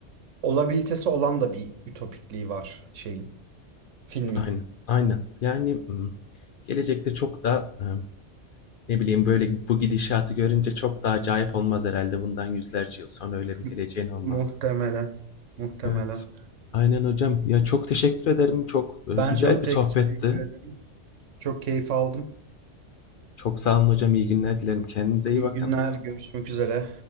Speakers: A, on the right; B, on the left.
A: olabilitesi olan da bir ütopikliği var şeyin, filmin.
B: Aynen, aynen. Yani, ımm, gelecekte çok da, emm, ne bileyim, böyle, bu gidişatı görünce çok da acayip olmaz herhalde Bundan yüzlerce yıl sonra öyle
A: <laughs>
B: bir geleceğin olmaz.
A: Muhtemelen. Muhtemelen.
B: Evet. Aynen hocam. Ya, çok teşekkür ederim. Çok, eee,
A: Ben
B: güzel
A: çok
B: bir
A: teşekkür
B: sohbetti.
A: ederim. Çok keyif aldım.
B: Çok sağ olun hocam. İyi günler dilerim. Kendinize iyi
A: İyi
B: bakın.
A: günler, görüşmek üzere.